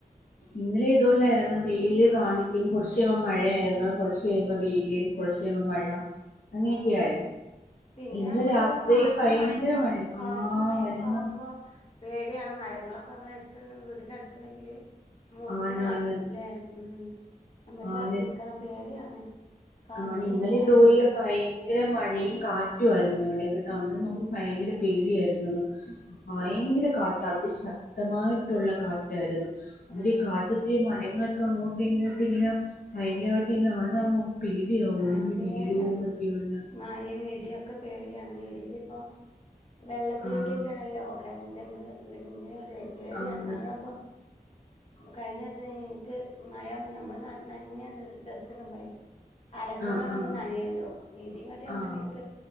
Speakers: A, on the left (about 70°); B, on the left (about 40°).
A: ഇന്നലേം ഇതുപോലെ ആയിരുന്നു വെയില് കാണിക്കും കൊറച്ച് കയിയുമ്പോ മഴയായിരുന്നു കൊറച്ച് കഴ് യുമ്പോ വെയില് കൊറച്ച് കഴിയുമ്പോ മഴ അങ്ങനെയൊക്കെയായിരുന്നു
B: ആഹ് അതെ പിന്നെ
A: ഇന്ന്
B: ഞ്ഞമ്മള്
A: രാത്രി
B: കാറ്റും
A: ഭയങ്കര
B: മഴൊക്കെ
A: മഴ
B: കാറ്റും
A: ആ
B: മഴൊക്കെ
A: ആയിരുന്നു
B: ആവുമ്പോ പേടിയാണ് മരങ്ങളൊക്കെ നമ്മളെ എടുത്തുണ്ടെങ്കി വീടിന്റെ അടുത്തുണ്ടെങ്കില് മുറച്ച്
A: ആണാണ്
B: മാ ല്ലേ? ഉം നമ്മള് ശ്രദ്ധിക്കണം
A: ആണ്
B: പേടിയാണ് കാറ്റിന്
A: ആണ് ഇന്നലെ
B: എങ്ങനെ
A: ഇതുപോലുള്ള
B: അറിയില്ലല്ലോ
A: ഭയ ങ്കര മഴയും കാറ്റുവായിരുന്നു ഇവിടെ കേട്ടോ അന്നേരം നമുക്ക് ഭയങ്കര പേടിയായിരുന്ന് ഭയങ്കര
B: ആഹ്
A: കാറ്റ് അതിശക്തമായിട്ടുള്ള കാറ്റായിരുന്നു അന്നേരം
B: ആഹ്
A: ഈ കാറ്റത്ത്
B: അതെ
A: ഈ മരങ്ങളൊക്കെ അങ്ങോട്ടും ഇങ്ങോട്ടും ഇങ്ങനെ ഭയങ്കരവായിട്ട് ഇങ്ങനെ ആടുന്ന കാണുമ്പോ നമു പേടിയാവും ഒടിഞ്ഞു
B: ആഹ് പേടിയാണ്
A: വീഴോ എന്നൊക്കെയുള്ള
B: മഴയും ഇടിയും ഒക്കെ പേടിയാണ് ഇടിയിപ്പോ വെള്ളത്തിലൂടെ
A: ആഹ്
B: ഒക്കെയാണല്ലോ കരന്റ് അമ്മള് വ്ടെ ഇടി മിന്നല്ങ്ങട്ട് വെരും പേടിയാണ്
A: ആണ്
B: മഴയാകുമ്പോ കഴിഞ്ഞ ദിവസം തന്നെ ഇൻക്ക് മഴാവുമ്പൊ നമ്മള് നനഞ്ഞ ഡ്രസ്സ് ഇടുമ്പളേ അലക്കുമ്പളെക്കെ
A: ആഹ് ആഹ്
B: നമ്മള് നനയല്ലോ ഇടി ഇങ്ങട്ട് നമ്മളെ
A: ആഹ്
B: മേത്ത്ക്ക്